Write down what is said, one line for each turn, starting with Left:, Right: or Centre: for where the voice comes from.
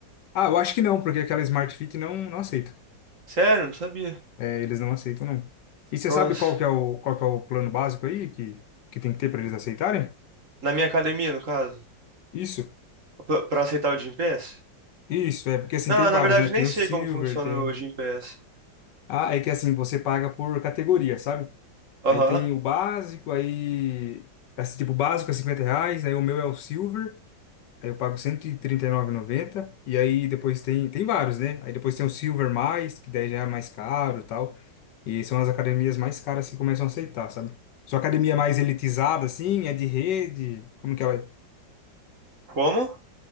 Left: Ah, eu acho que não, porque aquela Smart Fit não, não aceita.
Right: Sério? Não sabia.
Left: É, eles não aceitam, não. E você
Right: Nossa.
Left: sabe qual que é o, qual que é o plano básico aí que, que tem que ter para eles aceitarem?
Right: Na minha academia, no caso?
Left: Isso.
Right: Pra pra aceitar o Gympass?
Left: Isso, é, porque assim,
Right: Não,
Left: tem vários,
Right: na verdade,
Left: né? Tem
Right: nem sei
Left: o Silver,
Right: como funciona
Left: tem...
Right: o Gympass.
Left: Ah, é que assim, você paga por categoria, sabe?
Right: Aham.
Left: Aí tem o básico, aí. Esse tipo básico é 50 reais, aí o meu é o Silver, aí eu pago 139,90. E trinta e nove e noventa. E aí depois tem. Tem vários, né? Aí depois tem o Silver mais, que daí já é mais caro e tal. E são as academias mais caras que começam a aceitar, sabe? Sua academia é mais elitizada, assim, é de rede? Como que ela é?
Right: Como?